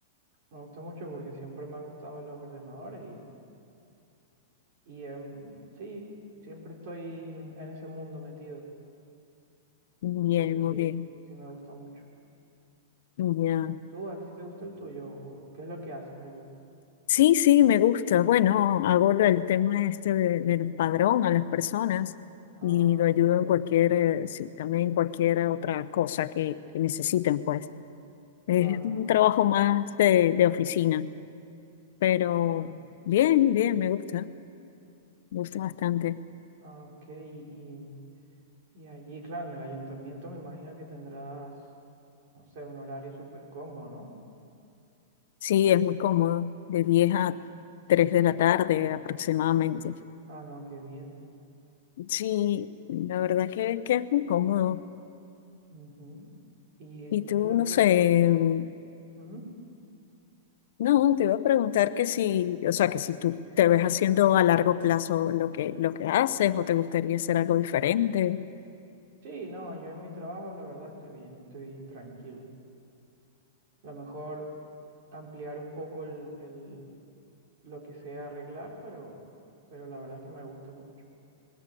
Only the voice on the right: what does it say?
Me gusta mucho porque siempre me han gustado los ordenadores Y em, sí, siempre estoy en ese mundo metido.
Entonces
sí,
sí me gusta mucho.
¿Y tú, a ti te gusta el tuyo? ¿O ¿Qué es lo que haces allí?
Ah,
ok,
claro,
claro.
Ah, ok, y, y, y allí, claro, en el ayuntamiento me imagino que tendrás, no sé, un horario súper cómodo, ¿no?
Mm,
Ah, no, qué bien.
Ujú. ¿Y
qué es lo
que...?
ujú.
Sí, no, yo en mi trabajo la verdad estoy bien, estoy tranquilo. Lo mejor ampliar un poco el, el- lo que sea arreglar, pero, pero la verdad es que me gusta mucho.